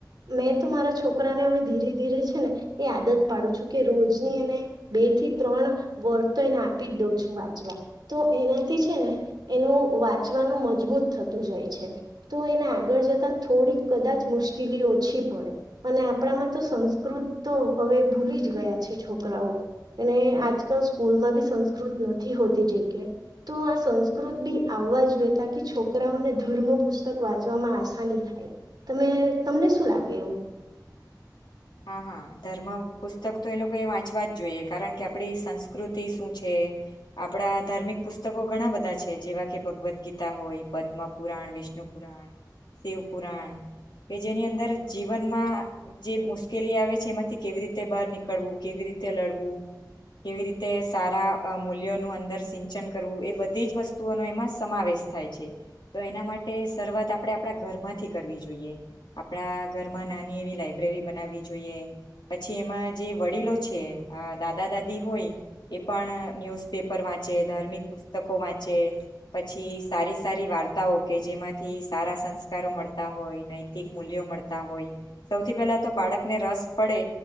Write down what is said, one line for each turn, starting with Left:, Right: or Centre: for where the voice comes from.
Right: મેં તો મારા છોકરાને હવે ધીરે-ધીરે છે ને એ આદત પાડું છું કે રોજની એને બેથી ત્રણ વર્ડ તો એને આપી જ દઉં છું વાંચવા તો એનાથી છે ને એનું વાંચવાનું મજબૂત થતું જાય છે તો એને આગળ જતાં થોડીક કદાચ મુશ્કેલી ઓછી પડે અને આપણામાં તો સંસ્કૃત તો અવે ભૂલી જ ગયા છે છોકરાઓ એને આજ કલ સ્કૂલમાં બી સંસ્કૃત નથી હોતી જેકે તો આ સંસ્કૃત બી આવવા જોએ તાકી છોકરાઓને ધર્મ પુસ્તક વાંચવામાં આસાની થાય તમે તમને શું લાગે એવું?
Left: હા હા, ધર્મ પુસ્તક તો એ લોકો એ વાંચવા જ જોઈએ કારણ કે આપડી સંસ્કૃતિ શું છે? આપણા ધાર્મિક પુસ્તકો ઘણા બધા છે જેવા કે ભગવદ્ ગીતા હોય, પદ્મપુરાણ, વિષ્ણુ પુરાણ, શિવ પુરાણ કે જેની અંદર જીવનમાં જે મુશ્ કેલી આવે છે એમાંથી કેવી રીતે બહાર નીકળવું, કેવી રીતે લડવું? કેવી રીતે સારા અ મૂલ્યોનું અંદર સિંચન કરવું એ બધી જ વસ્તુઓનો એમાં સમાવેશ થાય છે તો એના માટે શરૂઆત આપણે આપણાં ઘરમાંથી કરવી જોઈએ આપણા ઘરમાં નાની એવી લાઈબ્રેરી બનાવી. જોઈએ પછી એમાં જે વડીલો છે અ દાદા દાદી હોય એ પણ ન્યૂઝપેપર વાંચે, ધાર્મિક પુસ્તકો વાંચે પછી સારી સારી વાર્તાઓ કે જેમાંથી સારાં સંસ્કારો મળતાં હોય, નૈતિક મૂલ્યો મળતાં હોય સૌથી પહેલાં તો બાળક ને રસ પડે